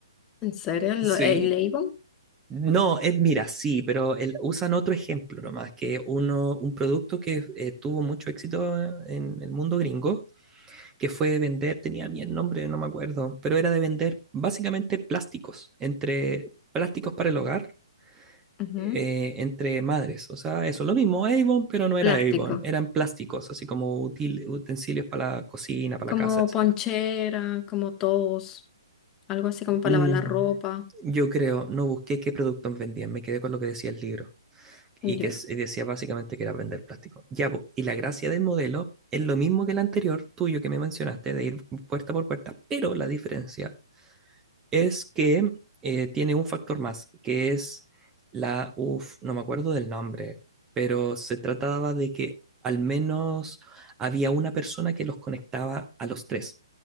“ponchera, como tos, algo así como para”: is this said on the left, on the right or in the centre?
Left